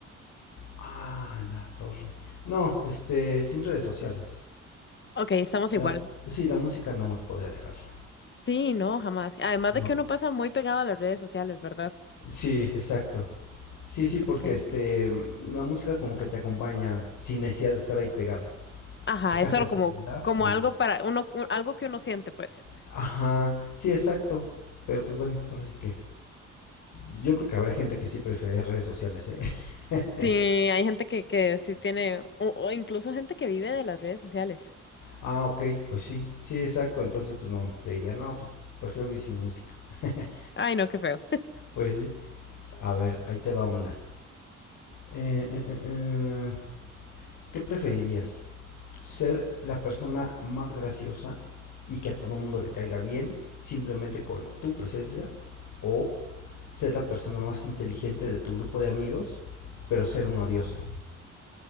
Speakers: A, on the left (about 80°); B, on the left (about 40°).
A: Ah, la torre. No, este, sin redes sociales.
B: Ok, estamos
A: La,
B: igual.
A: sí, la música no podría dejarla.
B: Sí, no, jamás. Además
A: No.
B: de que uno pasa muy pegado a las redes sociales, ¿verdad?
A: Sí, exacto. Sí, sí, porque
B: Okay.
A: este, mm, la música como que te acompaña sin necesidad de estar ahí pegado.
B: Ajá,
A: Dejas
B: eso
A: el
B: era como,
A: celular
B: como
A: y...
B: algo para uno, u- algo que uno siente, pues.
A: Ajá, sí, exacto. Pero pues bueno, ahora sí que... Yo creo que habrá gente que sí prefiere redes sociales, ¿eh? <laughs>
B: Sí, hay gente que, que sí tiene, o, o incluso gente que vive de las redes sociales.
A: Ah, ok, pues sí, sí, exacto. Entonces, pues no, te diría, no, pues prefiero vivir sin música. <laughs>
B: Ay, no, qué feo.
A: Pues sí. A ver, ahí te va una. Eh, eh, eh, eh, ¿Qué preferirías? ¿Ser la persona más graciosa y que a todo mundo le caiga bien simplemente con tu presencia? ¿O ser la persona más inteligente de tu grupo de amigos, pero ser un odioso?